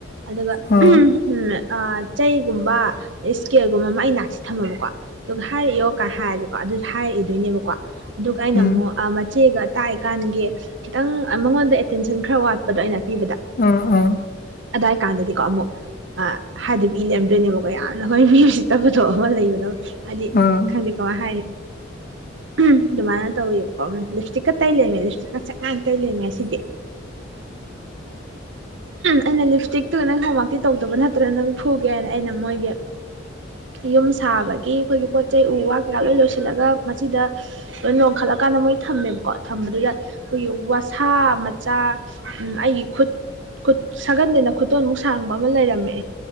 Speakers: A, on the right (about 65°); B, on the left (about 45°).
A: ꯑꯗꯨꯒ
B: ꯑꯥ
A: ꯎꯝ ꯑꯥ ꯆꯩꯒꯨꯝꯕ ꯁ꯭ꯀꯦꯜꯒꯨꯝꯕ ꯑꯃ ꯑꯩ ꯅꯥꯛꯁꯤꯗ ꯊꯝꯃꯕꯀꯣ ꯑꯗꯨꯒ ꯍꯥꯏꯔ ꯏꯑꯣ ꯀꯥꯏ ꯍꯥꯏꯔꯗꯤꯀꯣ ꯑꯗꯨ ꯍꯥꯏꯔ ꯏꯗꯣꯏꯅꯦꯕꯀꯣ ꯑꯗꯨꯒ ꯑꯩꯅ
B: ꯎꯝ
A: ꯑꯃꯨꯛ ꯃꯆꯦꯒ ꯇꯥꯛꯏꯀꯥꯟꯒꯤ ꯈꯤꯇꯪ ꯃꯉꯣꯟꯗ ꯑꯦꯇꯦꯟꯁꯟ ꯈꯔ ꯋꯥꯠꯄꯗꯣ ꯑꯩꯅ ꯄꯤꯕꯗ
B: ꯑꯪ ꯑꯪ
A: ꯑꯗꯥꯏ ꯀꯥꯟꯗꯗꯤꯀꯣ ꯑꯃꯨꯛ ꯑꯥ ꯍꯥꯏꯗꯕꯤ ꯏ ꯂꯩꯔꯝꯗꯣꯏꯅꯦꯕ ꯑꯣ ꯌꯥꯝꯅ ꯍꯣꯏ ꯃꯤ ꯎꯁꯤꯠꯇꯕꯗꯣ ꯑꯃ ꯂꯩꯕꯗꯣ ꯍꯥꯏꯗꯤ
B: ꯑꯥ
A: ꯈꯪꯗꯦ ꯀꯃꯥꯢ ꯍꯥꯏꯅꯤ ꯎꯍꯝ ꯑꯗꯨꯃꯥꯏꯅ ꯇꯧꯋꯦꯕꯀꯣ ꯂꯤꯞꯁ꯭ꯇꯤꯛꯀ ꯇꯩ ꯂꯩꯔꯝꯃꯦ ꯉꯥꯡꯁꯡ ꯉꯥꯡꯅ ꯇꯩ ꯂꯩꯔꯝꯃꯦ ꯉꯁꯤꯗꯤ
B: <inaudible>
A: ꯑꯩꯅ ꯂꯤꯞꯁ꯭ꯇꯤꯛꯇꯨ ꯅꯪ ꯍꯣꯝꯋꯥꯛꯇꯤ ꯇꯧꯗꯕ ꯅꯠꯇ꯭ꯔꯅ ꯅꯪ ꯐꯨꯒꯦ ꯍꯥꯏꯅ ꯑꯩꯅ ꯃꯣꯏꯒꯤ ꯌꯨꯝ ꯁꯥꯕꯒꯤ ꯑꯩꯈꯣꯏꯒꯤ ꯄꯣꯠ ꯆꯩ ꯎ ꯋꯥ ꯀꯩꯀꯥ ꯂꯣꯏ ꯂꯣꯏꯁꯤꯜꯂꯒ ꯃꯆꯤꯗ ꯂꯣꯢ ꯂꯣꯟꯈꯠꯂꯀꯥꯟꯗ ꯃꯣꯢ ꯊꯝꯃꯦꯕꯀꯣ ꯊꯝꯕꯗꯨꯗ ꯑꯩꯈꯣꯏꯒꯤ ꯋꯥꯁꯥ ꯃꯆꯥ ꯑꯩꯒꯤ ꯈꯨꯠ ꯈꯨꯠ ꯁꯥꯒꯟꯗꯩꯅ ꯈꯨꯇꯣꯟꯃꯨꯛ ꯁꯥꯡꯕ ꯑꯃ ꯂꯩꯔꯝꯃꯦ